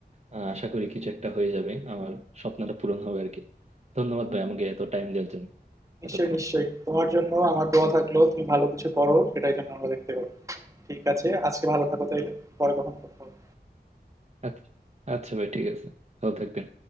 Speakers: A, on the right; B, on the right.
A: আহ, আশা করি কিছু একটা হয়ে যাবে আমার স্বপ্নটা পূরণ হবে আর কি ধন্যবাদ ভাই আমাকে এত টাইম দেওয়ার জন্য
B: নিশ্চয়ই
A: এতক্ষণ
B: নিশ্চয়ই তোমার জন্য আমার দোয়া থাকলো তুমি ভালো কিছু করো সেটাই জন্য আমরা দেখতে পাবো ঠিক আছে আজকে ভালো থাকো তাইলে পরে কখন কথা হবে
A: আচ্ছা আচ্ছা ভাই ঠিক আছে ভালো থাকবেন